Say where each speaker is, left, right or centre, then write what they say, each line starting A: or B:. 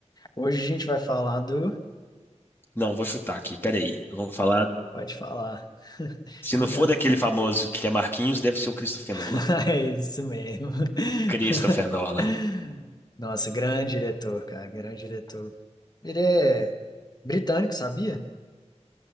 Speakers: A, on the left; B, on the left.
A: hoje a gente vai falar do.
B: Não, vou chutar aqui. Peraí. Vamos falar.
A: Pode falar. <laughs>
B: Se
A: Seja.
B: não for daquele famoso que é Marquinhos, deve ser o Christopher
A: <laughs>
B: Nolan.
A: É isso mesmo.
B: Christopher
A: <laughs>
B: Nolan.
A: Nossa, grande diretor, cara, grande diretor. Ele é britânico, sabia?